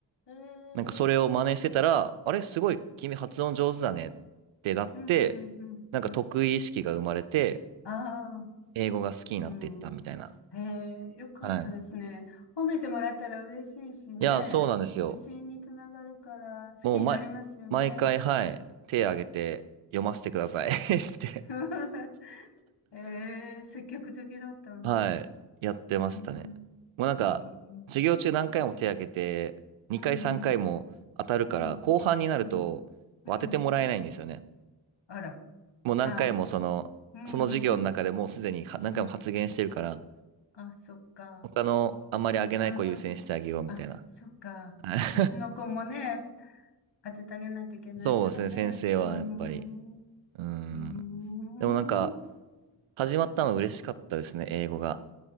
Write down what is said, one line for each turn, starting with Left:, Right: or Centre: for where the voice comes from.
Left: ええ
Right: なんかそれを真似してたら、あれ、すごい君発音上手だねってなって、
Left: うん、うん、うん、
Right: なんか得意意識が生まれて、
Left: うん。ああ、
Right: 英語が好きになっていったみたいな。
Left: うん。へえ、よかったですね。
Right: はい。
Left: 褒めてもらったら嬉しいしね。
Right: いや、そうなんですよ。
Left: 自信につながるから好きになりますよね。
Right: もう、ま、毎回、はい、手挙げて読ませてください <laughs> して
Left: <laughs> ええ、積極的だったんだ。
Right: はい、
Left: う
Right: やってましたね。
Left: ーん、
Right: もうなんか、
Left: うーん、
Right: 授業中何回も手挙げて、2回3回も当たるから、
Left: うん、うん、うん、
Right: 後半になるとこう当ててもらえないんですよね。
Left: うん。うんあら、
Right: もう何回もその、
Left: あ、うん、
Right: その授業の中でもうすでには何回も発言してるから、
Left: うん、うん。うんあ、そっか。
Right: 他のあんまり挙げない子優先してあげようみたいな。
Left: ああ、あ、そっか。
Right: はい <laughs>
Left: そっちの子もね、当ててあげないといけないからね。
Right: そうですね、先生はやっぱり。
Left: うーん。う
Right: うーん。
Left: ーん。
Right: でもなんか、始まったの嬉しかったですね、英語が。